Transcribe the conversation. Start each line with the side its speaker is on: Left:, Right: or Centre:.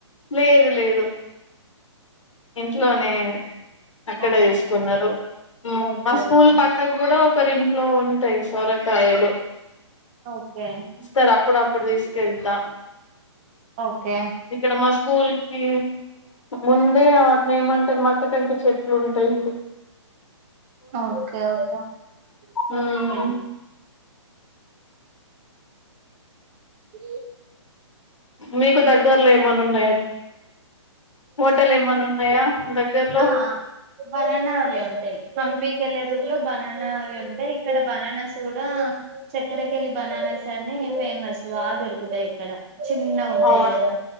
Left: లేదు లేదు ఇంట్లోనే అక్కడ
Right: ఓకే
Left: వేసుకున్నారు ఉమ్
Right: ఓకే
Left: మా స్కూల్
Right: ఓకే
Left: పక్కకు కూడా ఒకరి ఇంట్లో ఉంటాయి సొరకాయలు
Right: ఓకే
Left: ఇస్తారు అప్పుడప్పు అప్పుడు తీసుకెళ్తా
Right: ఓకే
Left: ఇక్కడ మా స్కూల్ కి ముందే వాటిని ఏమంటారు మొక్క కంకి చెట్లు ఉంటాయ్
Right: ఓకేఓకే
Left: ఉమ్
Right: ఓకే ఇ
Left: మీకు దగ్గరలో ఏమన్నా ఉన్నాయా హోటల్ ఏమన్న ఉన్నాయా దగ్గరలో
Right: ఆ బనానాలు అవి ఉంటాయ్ పంపీకి వెళ్ళే రూట్లో బనానా ఉంటాయి ఇక్కడ బనానాస్ కూడా చక్కరకెలి బనానాస్ అని ఫేమస్ బాగా దొరుకుత్ తాయ్ ఇక్కడ చిన్న గ ఉంటాయి
Left: అవును
Right: కదా